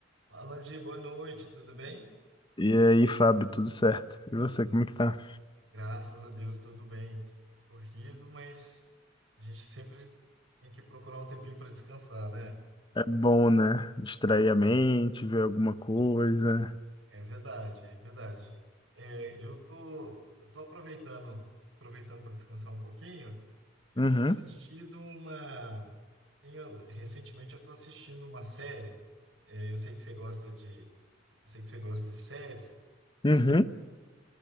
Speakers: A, on the right; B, on the left.
A: Fala, Gi, boa noite, tudo bem?
B: E aí, Fábio, tudo certo? E você,
A: Uhum.
B: como que tá?
A: Graças a Deus, tudo bem. Corrido, mas a gente sempre tem que procurar um tempinho para descansar, né?
B: É bom, né? Distrair a mente, ver alguma coisa.
A: É. É verdade, é verdade. É, eu tô, eu tô aproveitando, aproveitando para descansar um pouquinho. Eu
B: Uhum,
A: tenho assistido uma, tenho, recentemente eu tô assistindo uma série. É, eu sei que você gosta de, eu sei que você gosta de séries.
B: uhum.